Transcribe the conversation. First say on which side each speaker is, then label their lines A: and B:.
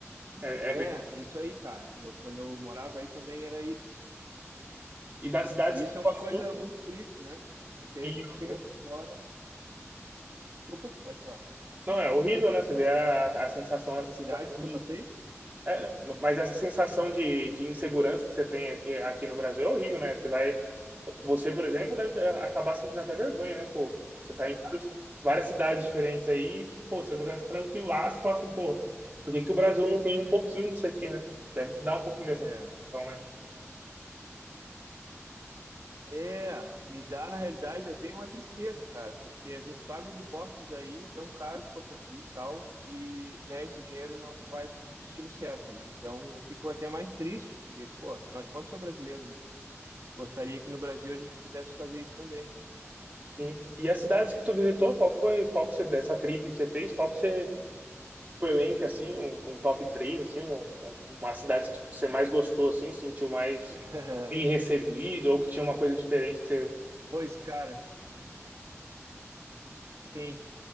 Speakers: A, on the right; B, on the right.
A: É,
B: É,
A: é bem...
B: é isso aí, cara. Eu, quando eu morava aí também era isso, assim.
A: E das cidades
B: E
A: que
B: isso
A: tu
B: é
A: passou,
B: uma coisa muito triste, né? Porque a
A: em
B: gente chega
A: avô.
B: aqui fora. Desculpa, pode falar.
A: Não, é horrível, né? Você vê a, a sensação, essa
B: As
A: sensação
B: cidades que
A: de.
B: eu passei?
A: é, mas essa sensação de, de insegurança que você tem aqui, aqui no Brasil é horrível, né? Você vai. Você, por exemplo, deve acabar sentindo até vergonha, né? Pô, você tá
B: É,
A: em vários- várias cidades diferentes aí, pô, segurança tranquilaço, fala assim, pô, por que que o Brasil não tem um pouquinho disso aqui, né? Deve dar um pouquinho dessa
B: é.
A: sensação, né?
B: É, me dá, na realidade, eu tenho uma tristeza, cara, porque a gente paga os impostos aí tão caros quanto aqui e tal, e né, esse dinheiro não vai para o destino certo, né? Então eu fico até mais triste, porque, pô, afinal de contas, sou brasileiro, né? Gostaria que no Brasil a gente pudesse fazer isso também, cara.
A: Sim. E as cidades que tu visitou, qual que foi, qual que você, dessa trip que você fez, qual que você, tipo, elenque, assim, um, um top 3 assim, uma, uma cidade que você mais gostou, assim, sentiu mais
B: <laughs>
A: bem recebido, ou que tinha uma coisa diferente que você...
B: Pois, cara, sim.